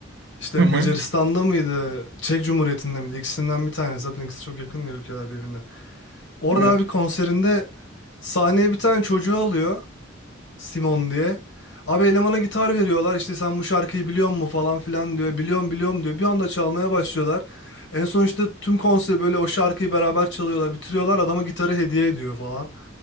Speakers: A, on the left; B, on the right.
A: İşte
B: Hı
A: Macaristan'da
B: hı.
A: mıydı, Çek Cumhuriyeti'nde miydi? İkisinden bir tanesi. Zaten ikisi çok yakın ya ülkeler birbirine. Orada
B: Evet.
A: abi konserinde sahneye bir tane çocuğu alıyor. Simon diye. Abi elemana gitar veriyorlar işte sen bu şarkıyı biliyor musun falan filan diyor. Biliyorum biliyorum diyor. Bir anda çalmaya başlıyorlar. En son işte tüm konser böyle o şarkıyı beraber çalıyorlar. Bitiriyorlar adama gitarı hediye ediyor falan.